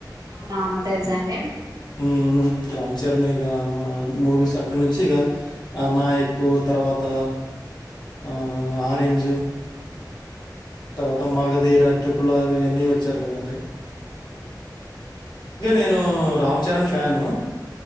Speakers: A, on the right; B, on the left.
A: అవునా ఆమె తెలుసా అండి
B: ఉమ్ రామ్ చరణ్ ఇగ మూవీస్ అక్కడ నుంచి ఇక ఆ నాయక్ తర్వాత ఆ ఆరెంజు
A: అవును
B: తర్వాత మగధీర ట్రిపులారు ఇవన్నీ వచ్చారు కదండి
A: అవునండి అవు
B: నేను రామ్ చరణ్ ఫ్యాను